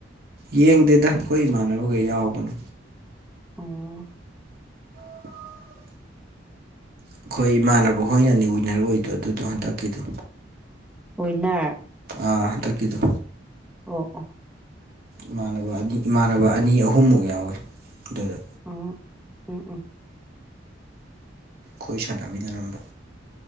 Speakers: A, on the right; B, in the centre.
A: ꯌꯦꯡꯗꯦꯗ ꯑꯩꯈꯣꯏ ꯏꯃꯥꯟꯅꯕꯒ ꯌꯥꯎꯕꯅꯨ
B: ꯑꯣ
A: <unintelligible> ꯑꯩꯈꯣꯏ ꯏꯃꯥꯟꯅꯕ ꯍꯣꯏꯅꯅꯤ ꯋꯤꯟꯅꯔ ꯑꯣꯏꯗꯣꯏ ꯑꯗꯨꯗꯣ ꯍꯟꯇꯛꯀꯤꯗꯣ
B: ꯋꯤꯟꯅꯔ
A: ꯑꯥ ꯊꯀꯤꯗꯨ
B: ꯑꯣ ꯑꯣ
A: ꯏꯃꯥꯟꯅꯕ ꯑꯅꯤ ꯏꯃꯥꯟꯅꯕ ꯑꯅꯤ ꯑꯍꯨꯝꯃꯨꯛ ꯌꯥꯎꯏꯤ ꯑꯗꯨꯗ
B: ꯎꯝ ꯎꯝ ꯎꯝ
A: ꯑꯩꯣꯏ ꯁꯥꯟꯅꯃꯤꯅꯔꯝꯕ